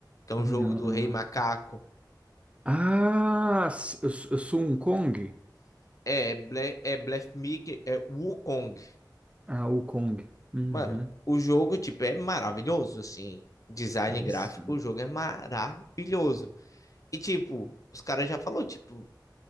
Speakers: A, on the left; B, on the right.
A: que é um
B: Não,
A: jogo do
B: não,
A: Rei
B: não.
A: Macaco.
B: Ah, s- eu, sou eu sou um Kong?
A: É, Ble, é Blef Mickey, é Wukong.
B: Ah, o Kong. Uhum.
A: Mano, o jogo, tipo, é maravilhoso, assim. Design
B: É
A: gráfico,
B: isso.
A: o jogo é maravilhoso. E, tipo, os caras já falou, tipo,